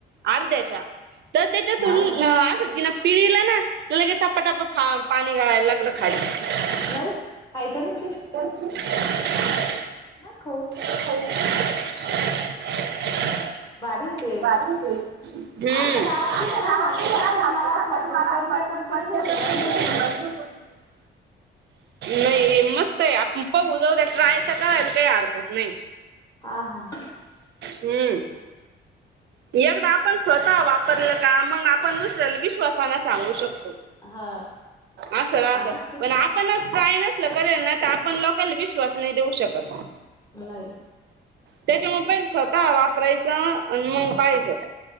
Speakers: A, on the right; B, on the left.
A: अर्ध्याच्या. तर त्याच्यातून
B: हाव का
A: असं तिन पिळीला ना लगे टपा टपा पाणी गाळायला लागलं. खाली.
B: नाही खायचा छी.
A: <inaudible>
B: ना खाऊ.
A: <inaudible>
B: भारी
A: हम्म.
B: ते आमच्या गावात बी ना झालतं बरं का ते मला
A: <inaudible>
B: असं वाटतं ते कोणत्या कंपनीच होतं का बाई पण मग ते
A: नाही मस्त आहे आपण पाहू जाऊ त्या ट्राय तर करायला काही हरकत नाही
B: हा हा
A: हम्म. एकदा आपण स्वतः वापरलं का मग आपण दुसऱ्या विश्वासान सांगू शकतो.
B: हा
A: असं राहत
B: खाना चूक
A: पण आपणच ट्राय नस करेल ना तर आपण लोकांले विश्वास नाही देऊ शकत.
B: नाही
A: त्याच्यामूळ पहिलं स्वतः वापरायचं आणि मंग पहायचं.